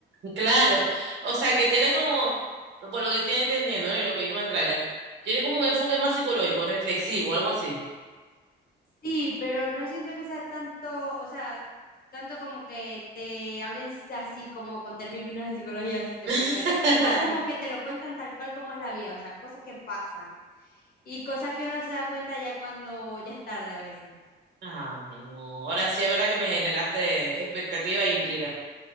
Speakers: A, on the right; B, on the left.
A: Claro, o sea que tiene como, por lo que estoy entendiendo, ¿no? Y lo que vi con el tráiler, tiene como un enfoque más psicológico, reflexivo, algo así.
B: Sí, pero no siento que sea tanto, o sea, tanto como que te hablen así como con términos de psicología, así te pone
A: <laughs>
B: a ver. Es es más como que te lo cuentan tal cual como es la vida, o sea, cosas que pasan y cosas que uno no se da cuenta ya cuando ya es tarde a veces.
A: Ay, no, ahora sí es verdad que me generaste expectativa e intriga.